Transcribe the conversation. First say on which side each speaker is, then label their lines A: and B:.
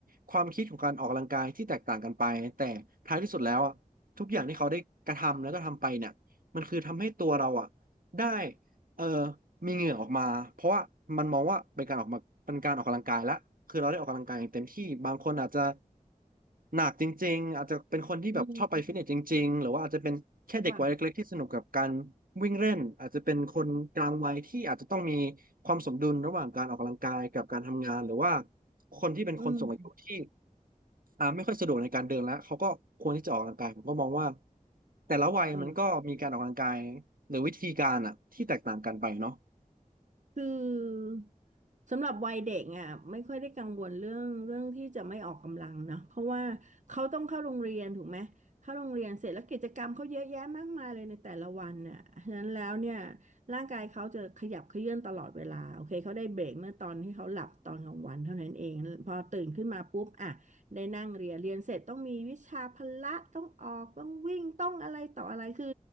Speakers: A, on the right; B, on the right.
A: ความคิดของการออกกำลังกายที่แตกต่างกันไปแต่ท้ายที่สุดแล้วอะทุกอย่างที่เขาได้กระทำแล้วก็ทำไปเนี่ยมันคือทำให้ตัวเราอะได้ เออมีเหงื่อออกมาเพราะว่ามันมองว่าเป็นการออกมาเป็นการออกกำลังกายละคือเราได้ออกกำลังกายอย่างเต็มที่บางคนอาจจะหนักจริงๆอาจจะเป็นคนที่แบบชอบไปฟิตเนสจริงๆหรือว่าอาจจะเป็นแค่เด็กวัยเล็กๆที่สนุกกับการ
B: อืมค่ะ
A: วิ่งเล่นอาจจะเป็นคนกลางวัยที่อาจจะต้องมีความสมดุลระหว่างการออกกำลังกายกับการทำงานหรือว่าคนที่เป็นคนสูงอายุที่
B: อืม
A: อ่าไม่ค่อยสะดวกในการเดินแล้วเขาก็ควรที่จะออกกำลังกายผมก็มองว่าแต่ละวัยมันก็มีการออกกำลังกาย
B: เออ
A: หรือวิธีการอ่ะที่แตกต่างกันไปเนาะ
B: คือสำหรับวัยเด็กอ่ะไม่ค่อยได้กังวลเรื่องเรื่องที่จะไม่ออกกำลังเนาะเพราะว่าเขาต้องเข้าโรงเรียนถูกไหมเข้าโรงเรียนเสร็จแล้วกิจกรรมเขาเยอะแยะมากมายเลยในแต่ละวันน่ะฉะนั้นแล้วเนี่ยร่างกายเขาจะขยับเขยื้อนตลอดเวลาโอเคเขาได้เบรกเมื่อตอนที่เขาหลับตอนกลางวันเท่านั้นเองพอตื่นขึ้นมาปุ๊บอ่ะได้นั่งเรียนเรียนเสร็จต้องมีวิชาพละต้องออกต้องวิ่งต้องอะไรต่ออะไรคือ